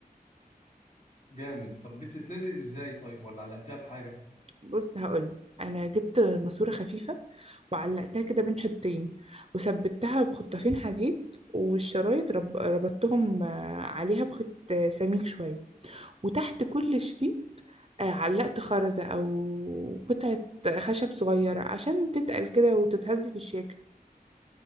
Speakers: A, on the left (about 45°); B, on the right (about 40°).
A: جامد طب دي بتتلزق إزاي طيب ولا علقتها بحاجة؟
B: بص هقول انا جبت ماسوره خفيفه وعلقتها كده بين حبتين وثبتها بخطافين حديد والشرايط رب... ربطتهم آه، عليها بخيط آه، سميك شويه وتحت كل شريط آه، علقت خرزه او قطعه خشب صغيره عشان تتقل كده وتتهز في الشاكل